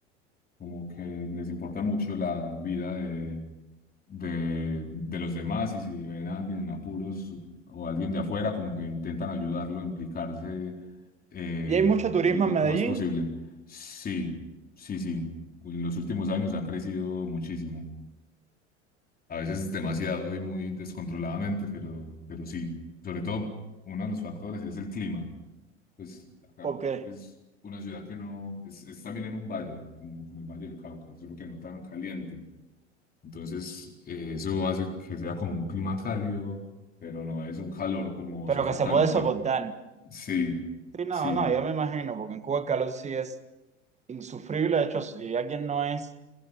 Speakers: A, on the left (about 25°); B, on the right (about 20°).
A: Como que les importa mucho la vida de, de, de los demás y si ven a alguien en apuros o alguien de afuera, como que intentan ayudarlo, implicarse eh,
B: Y hay mucho turismo
A: lo
B: en Medellín,
A: más posible. Sí, sí, sí. En los últimos años ha crecido muchísimo. A veces demasiado y muy descontroladamente, pero, pero sí. Sobre todo, uno de los factores es el clima. Pues acá
B: ¿por qué?
A: es una ciudad que no, es, es también en un valle, como, como el Valle del Cauca, solo que no tan caliente. Entonces, eh, eso hace que sea como un clima cálido, pero no es un calor como
B: Pero
A: sofocante.
B: que se puede soportar.
A: Sí,
B: Sí, no,
A: sí.
B: no, yo me imagino, porque en Cuba el calor sí es insufrible, de hecho, si alguien no es,